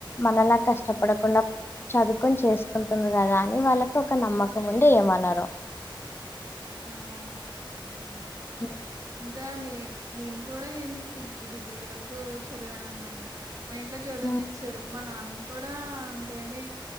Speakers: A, on the left; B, on the right.
A: మనలా కష్టపడకుండా చదువుకొని చేసుకుంటుర్రు కదా అని వాళ్ళకు ఒక నమ్మకం ఉండి ఏమనరు.
B: ఆ అవును ఉమ్
A: హ్మ్.
B: ఈ కానీ నేను కూడా ఏంటికి డిగ్రీ డిగ్రీ వరకు చదివాను అన్నమాట. మా ఇంట్లో చదువుపిచ్చారు,
A: హ్మ్.
B: మా నాన్న కూడా అంతేమి